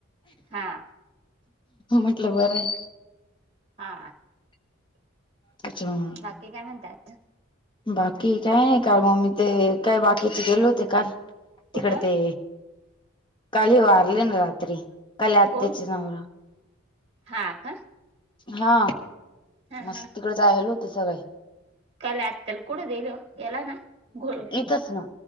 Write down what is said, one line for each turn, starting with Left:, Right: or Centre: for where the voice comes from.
Right: हा
Left: म्हटलं बरं आहे.
Right: हा.
Left: त्याच्यामुळं.
Right: बाकी काय म्हणताय?
Left: बाकी काय नाही काल मग मी ते काय बाकीचे गेले होते काल
Right: कुठं
Left: तिकडं ते काल हे वारले ना रात्री. काले आत्याचा
Right: कोण
Left: नवरा.
Right: हा का?
Left: हा.
Right: हा
Left: मस्त
Right: हा
Left: तिकडं जायला होते सगळे.
Right: <unintelligible>
Left: इथंच ना